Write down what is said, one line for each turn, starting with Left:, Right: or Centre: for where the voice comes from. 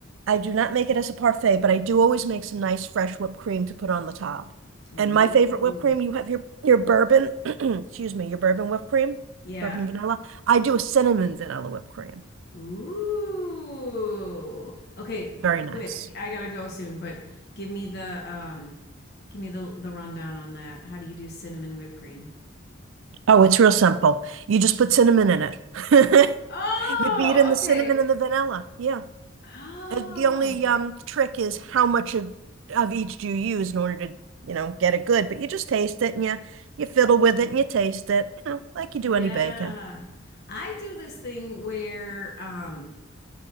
Right: I do not make it as a parfait, but I do always make some nice fresh whipped cream to put on the top.
Left: Ooh.
Right: And my favorite whipped cream, you have your your bourbon, <clears throat> excuse me, your bourbon whipped cream,
Left: Yeah.
Right: bourbon vanilla. I do a cinnamon vanilla whipped cream.
Left: Ooh. Okay,
Right: Very
Left: quick.
Right: nice.
Left: I gotta go soon, but give me the um give me the the rundown on that. How do you do cinnamon whipped cream?
Right: Oh, it's real simple. You just put cinnamon in it. <laughs>
Left: Oh,
Right: You beat in the
Left: okay.
Right: cinnamon and the vanilla. Yeah.
Left: Oh.
Right: Uh, The only um trick is how much of of each do you use in order to, you know, get it good. But you just taste it and you you fiddle with it and you taste it, you know, like you
Left: Yeah.
Right: do any baking.
Left: I do this thing where um